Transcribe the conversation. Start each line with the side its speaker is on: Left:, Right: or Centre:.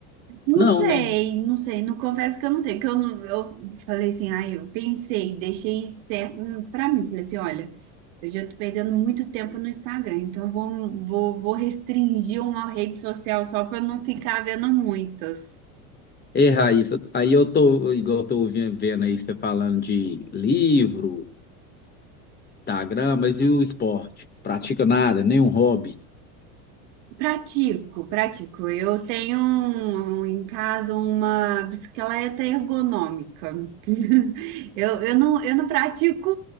Right: Não
Left: Não,
Right: sei,
Left: né?
Right: não sei, não confesso que eu não sei, que eu não, eu falei assim, ai, eu pensei, deixei certo pra mim, falei assim, olha, eu já tô perdendo muito tempo no Instagram, então eu vou, vou, vou restringir uma rede social só pra eu não ficar vendo muitas.
Left: É, Raíssa, aí eu tô, igual eu tô ouvindo- vendo aí você falando de livro, Instagram, mas e o esporte? Pratica nada, nenhum hobby,
Right: Pratico, pratico. Eu tenho um- um- em casa uma bicicleta ergonômica. <laughs> Eu, eu não, eu não pratico